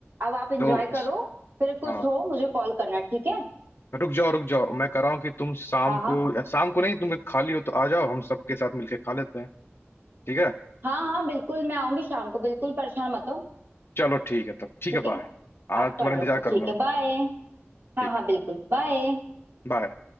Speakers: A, on the right; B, on the left.
A: अब आप इंजॉय
B: तो
A: करो फिर कुछ
B: हाँ
A: हो मुझे कॉल करना ठीक है
B: तो रुक जाओ रुक जाओ मैं कह रहा हूँ कि तुम शाम
A: हाँ हाँ
B: को या शाम को नहीं तुम खाली हो तो आ जाओ हम सबके साथ मिलके खा लेते हैं ठीक है
A: हाँ हाँ बिल्कुल मैं आऊंगी शाम को बिल्कुल परेशान मत हो
B: चलो ठीक है तब ठीक
A: ठीक
B: है
A: है
B: बाय आना
A: अब
B: तुम्हारा
A: कर लो
B: इंतजार
A: ठीक
B: करूंगा मैं
A: है बाय हाँ
B: ठीक
A: हाँ बिल्कुल बाय
B: बाय